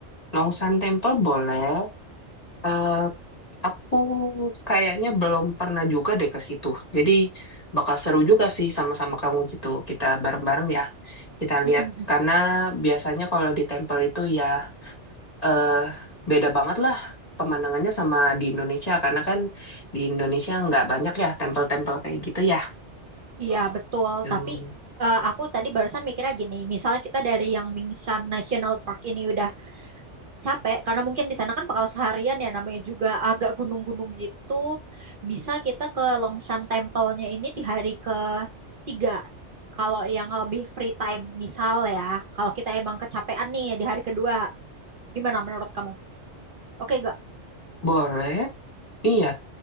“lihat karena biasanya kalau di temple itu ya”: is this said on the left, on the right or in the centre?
Left